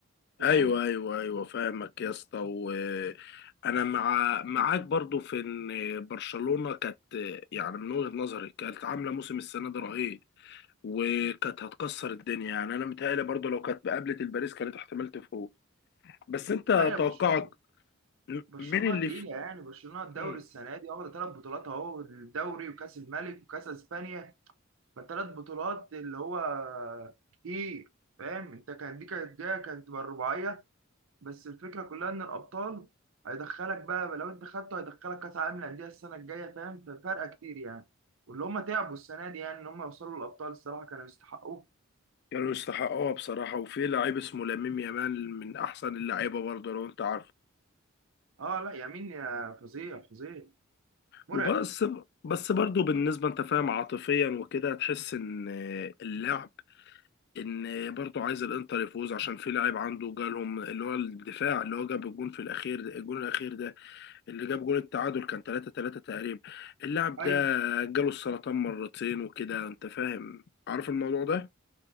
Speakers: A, on the right; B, on the left.
A: فاهم
B: ايوه ايوه ايوه فاهمك يا اسطى وانا مع معاك برضو في ان برشلونه كانت يعني من وجهه نظري كانت عامله موسم السنه ده رهيب وكانت هتكسر الدنيا يعني انا متهيألي برضو لو كانت قابلت الباريس كانت احتمال تفوز بس انت
A: لا يا برشلونة
B: توقعك م-
A: برشلونة
B: مين اللي
A: تقيلة
B: في
A: يعني برشلونة الدوري
B: مم.
A: السنة دي واخدة ثلاث بطولات أهو الدوري وكأس الملك وكأس إسبانيا فالتلات بطولات اللي هو كتير فاهم انت كان دي كانت جايه كانت تبقى الرباعيه بس الفكره كلها ان الابطال هيدخلك بقى لو انت خدته هيدخلك كاس عالم للانديه السنه الجايه فاهم ففرقه كتير يعني واللي هم تعبوا السنه دي يعني ان هم يوصلوا للابطال الصراحه كانوا يستحقوه
B: كانوا يستحقوها بصراحة وفي لعيب اسمه لامين يامال من احسن اللعيبة برضو لو انت عارف
A: اه لا يمين يا فظيع فظيع مرعب
B: وبس بس برضو بالنسبة انت فاهم عاطفيا وكده تحس ان اللعب ان برضو عايز الانتر يفوز عشان في لاعب عنده جالهم اللي هو الدفاع اللي هو جاب الجون في الاخير ده، الجون الاخير ده اللي جاب جول التعادل كان 3 3 تقريبا اللاعب ده
A: ايوه
B: جاله السرطان مرتين وكده انت فاهم عارف الموضوع ده